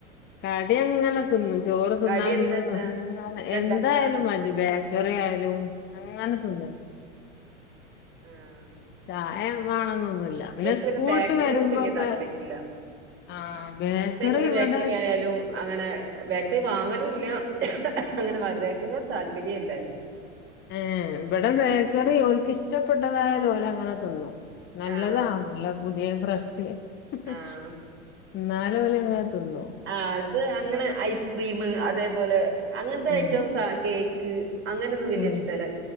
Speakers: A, on the left; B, on the right.
A: കടി എങ്ങനെ <unintelligible> ചോറ് തിന്നാൻ
B: കടി എന്താന്ന്
A: <inaudible>
B: എന്താ
A: എന്തായാലും
B: ഇണ്ടാക്കാ
A: മതി ബേക്കറി ആയാലും അങ്ങനെ തിന്നും
B: ആഹ്
A: ചായ ഏഹ് <inaudible> <inaudible> പിന്നെ
B: ഇവൽക്ക്
A: സ്കൂൾട്ട്
B: ബേക്കറിനോട്
A: വരുമ്പോക്കെ
B: വല്യ താല്പര്യല്ല
A: ആ ബേക്കറി
B: ഇപ്പൊ എന്ത്
A: ഇവിടെ
B: ബേക്കറി ആയാലും അങ്ങനെ ബേക്കറി വാങ്ങലും ഇല്ല അ അ ങ്ങനെ ബേക്കറിനോട് താല്പര്യ എല്ലായിരിക്കും
A: ഏ ഇവിടെ ബേക്കറി ഒരു <inaudible> ഇഷ്ടപ്പെട്ടതായലെ ഓലങ്ങനെ തിന്നു നല്ലതാ
B: ആഹ്
A: <unintelligible> ദേ ഫ്രഷ് മ് ഹ്ഹ്
B: ആഹ്
A: ന്നാലും
B: ആഹ്
A: ഓലങ്ങനെ തിന്നോ
B: ആഹ് അത് അങ്ങനെ ഐസ്ക്രീം അതേ പോലെ അങ്ങനത്തെ
A: ഉം
B: ഐറ്റംസ കേക്ക് അങ്ങനൊന്നും വല്യ
A: ഉം
B: ഇഷ്ടല്ല